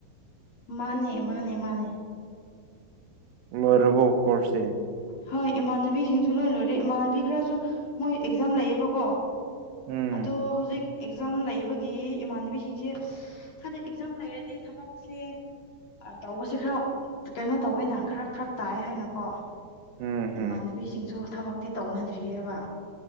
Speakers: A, on the left; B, on the right.
A: ꯃꯥꯅꯦ ꯃꯥꯅꯦ ꯃꯥꯅꯦ
B: ꯂꯣꯏꯔꯕꯣ ꯀꯣꯔꯁꯦ
A: ꯍꯣꯏ ꯏꯃꯥꯟꯅꯕꯤꯁꯤꯡꯁꯨ ꯂꯣꯏ ꯂꯣꯏꯔꯦ ꯏꯃꯥꯟꯅꯕꯤ ꯈꯔꯁꯨ ꯃꯣꯏ ꯑꯦꯛꯖꯥꯝ ꯂꯩꯌꯦꯕꯀꯣ
B: ꯎꯝ
A: ꯑꯗꯨ ꯍꯧꯖꯤꯛ ꯑꯦꯛꯖꯥꯝ ꯂꯩꯕꯒꯤ ꯏꯃꯥꯟꯅꯕꯤꯁꯤꯡꯁꯦ ꯍꯥꯏꯗꯤ ꯑꯦꯛꯖꯥꯝ ꯂꯩꯔꯗꯤ ꯊꯕꯛꯁꯦ ꯇꯧꯕꯁꯦ ꯈꯔ ꯀꯩꯅꯣ ꯇꯧꯋꯦꯅ ꯈꯔ ꯐꯔꯛ ꯇꯥꯏ ꯍꯥꯏꯅꯀꯣ
B: ꯎꯝ
A: ꯏꯃꯥꯟꯅꯕꯤꯁꯤꯡꯁꯨ ꯊꯕꯛꯇꯤ ꯇꯧꯅꯗ꯭ꯔꯤꯑꯕ